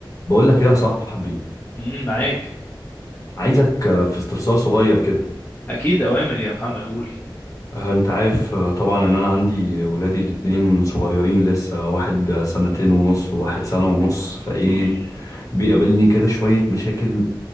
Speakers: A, on the left (about 40°); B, on the left (about 20°).
A: بقول لك ايه يا صاحبي
B: امم معاك
A: عايزك آه، في استفسار صغير كده
B: اكيد اوامر يا محمد قول
A: آه، انت عارف آه، طبعا ان انا عندي ولادي الاتنين صغيرين لسه واحد آه، سنتين ونص وواحد سنة ونص فايه
B: امم
A: بيقابلني كده شوية مشاكل